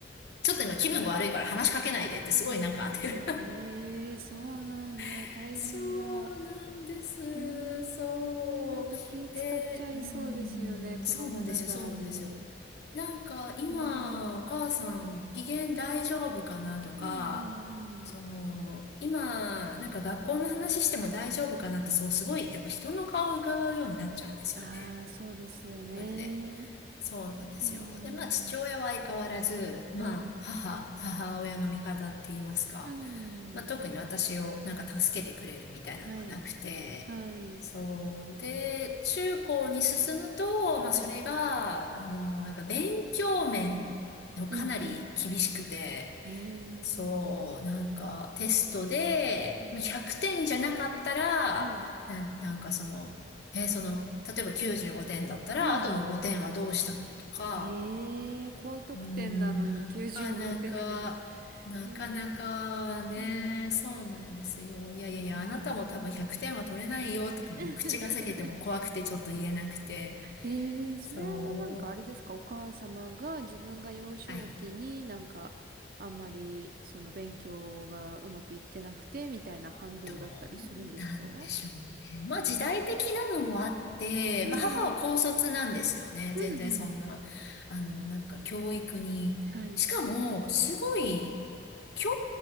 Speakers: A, on the left (about 65°); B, on the right (about 55°).
A: ちょっと今気分が悪いから話しかけないでってすごいなんか当てる。
B: ええー、そうなんだ。
A: <laughs>
B: 大変だ。
A: そうなんです。
B: ええー、
A: そう。
B: なんか気使っちゃいそうですよね。
A: で、うん、
B: 子供ながらに。
A: そうなんですよ、そうなんですよ。なんか今お母さん機嫌大丈夫かなとか、
B: うん、うん、うん、
A: その今なんか学校の話しても大丈夫かなってそうすごいやっぱ人の顔を伺うようになっちゃうんですよね。
B: うん。ああ、そうですよね。
A: それで。そうなんですよ。
B: うん、
A: で、まあ、父親は相変わらず、まあ、
B: はい。
A: 母、母親の味方って言いますか、
B: うん、
A: まあ、特に私をなんか助けてくれるみたいなのはなくて、
B: はい、はい、
A: そう。で、中高に進むと、まあ、
B: はい。
A: それが、あの、やっぱ勉強面でもかなり厳しくて、
B: うん、うん。ええ
A: そう、
B: ー、
A: なんかテストで、
B: はい。
A: まあ100点じゃなかったら、
B: はい。
A: な、なんかその、えーその、例えば95点だったら、
B: うんうん。
A: あとの5点はどうしたのとか、
B: ええ高得点なのに95点。
A: うーん、なかなか、なかなかね、
B: ええ
A: そうなんですよ。いやいやいや、
B: すごい。
A: あなたも多分100点は取れないよとか、
B: <laughs>
A: もう口が裂けても怖くてちょっと言えなくて、
B: ええそれはなんかあれですか、
A: そ
B: お母様が自分が幼少期になんかあんまりその勉強がうまくいってなくてみたいな反動だったりするんですか
A: う。はいどうなんでしょうね。まあ時代的なのもあって、
B: うん。
A: まあ母は高卒なんですよね。
B: うんうん。
A: 全然そんな、あの、なんか教育に。
B: はい。
A: しかも、すごい、兄